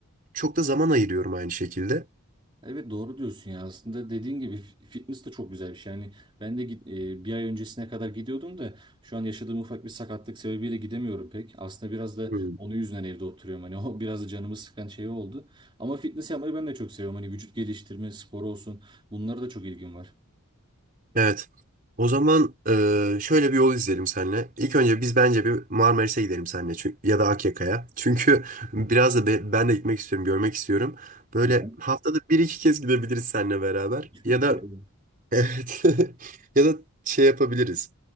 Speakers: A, on the right (about 40°); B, on the right (about 25°).
A: çok da zaman ayırıyorum aynı şekilde.
B: Evet doğru diyorsun ya. Aslında dediğin gibi fi- fitness de çok güzel bir şey. Yani ben de git- e, bir ay öncesine kadar gidiyordum da şu an yaşadığım ufak bir sakatlık sebebiyle gidemiyorum pek. Aslında biraz da
A: Hmm.
B: onun yüzünden evde oturuyorum. Hani <laughs> o biraz da canımı sıkan şey oldu. Ama fitness yapmayı ben de çok seviyorum. Hani vücut geliştirme, spor olsun. Bunlara da çok ilgim var.
A: Evet. O zaman e, şöyle bir yol izleyelim seninle. İlk önce biz bence bir Marmaris'e gidelim seninle çünkü, ya da Akyaka'ya. <laughs> Çünkü biraz da be- ben de gitmek istiyorum, görmek istiyorum. Böyle
B: Tamam.
A: haftada bir iki kez gidebiliriz seninle beraber.
B: <laughs>
A: Ya da Evet. <laughs> Ya da şey yapabiliriz.